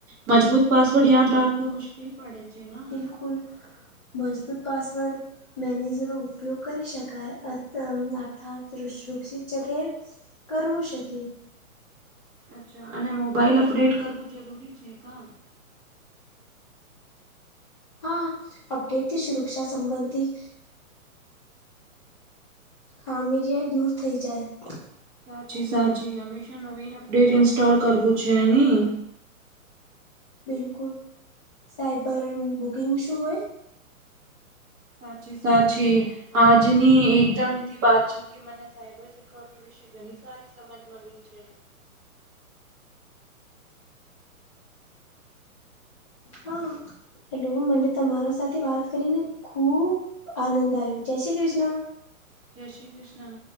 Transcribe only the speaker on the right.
મજબૂત પાસવર્ડ યાદ રાખવું મુશ્કેલ પાડે છેે ના?
અચ્છા અને મોબાઈલ અપડેટ કરવું જરૂરી છે કા?
સાચી સાચી હંમેશા નવીન અપડેટ ઈન્સ્ટોલ કરવું છે ની?
સાચી સાચી આજની એકદમથી વાત છે, કે મને સાયબર સિક્યોરિટી વિશે ઘણી સારી સમજ મળી છે.
જય શ્રી કૃષ્ણ.